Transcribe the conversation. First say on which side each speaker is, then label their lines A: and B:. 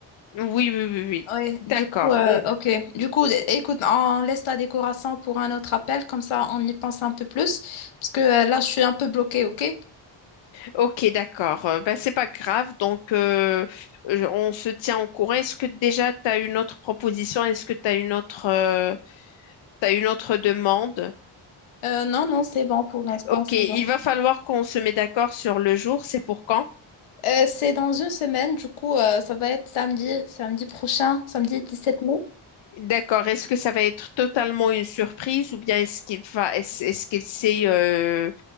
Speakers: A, on the left (about 65°); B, on the left (about 80°).
A: Oui, oui, oui, oui.
B: Oui,
A: D'accord.
B: du coup, euh, ok. Du coup, é- écoute, on laisse la décoration pour un autre appel, comme ça on y pense un peu plus, parce que euh, là, je suis un peu bloquée, ok?
A: Ok, d'accord. Euh, Ben, c'est pas grave. Donc, euh, je- on se tient au courant. Est-ce que déjà tu as une autre proposition? Est-ce que tu as une autre, euh, t'as une autre demande?
B: Euh, non, non, c'est bon pour l'instant,
A: Ok,
B: c'est
A: il
B: bon.
A: va falloir qu'on se mette d'accord sur le jour. C'est pour quand?
B: Euh, c'est dans une semaine, du coup, euh, ça va être samedi, samedi prochain, samedi 17 mai.
A: D'accord. Est-ce que ça va être totalement une surprise ou bien est-ce qu'il va, est-ce, est-ce qu'il sait euh,